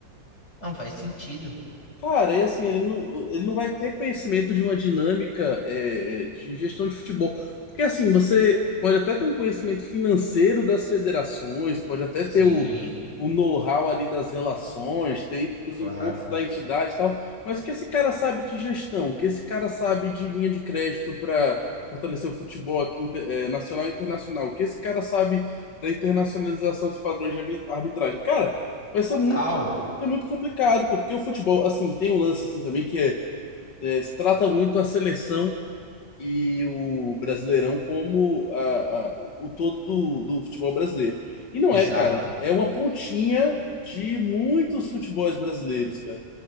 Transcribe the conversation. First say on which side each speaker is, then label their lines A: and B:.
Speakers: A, on the left; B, on the left.
A: não faz sentido.
B: Cara, e assim, ele não, ele não vai ter conhecimento de uma dinâmica, é, de gestão de futebol. Porque assim, você pode até ter um conhecimento financeiro das federações, pode até ter
A: Sim,
B: o, o know-how ali das relações, ter ido para os
A: claro.
B: encontros da entidade e tal, mas o que esse cara sabe de gestão, o que esse cara sabe de linha de crédito para fortalecer o futebol aqui, inter- é, nacional e internacional, o que esse cara sabe da internacionalização dos padrões de arbit- arbitragem. Cara, vai ser
A: Total.
B: muito é muito complicado, pô, porque o futebol, assim, tem um lance assim também que é, é, se trata muito a seleção e o Brasileirão como a, a- o todo do, do futebol brasileiro. E não
A: Exato.
B: é, cara, é uma pontinha de muitos futebols brasileiros, cara.